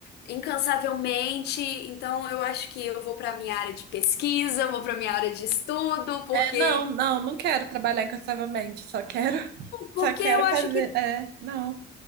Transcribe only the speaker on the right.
Não, não, não quero trabalhar incansavelmente, só quero, <laughs>
só quero
fazer,
é, não.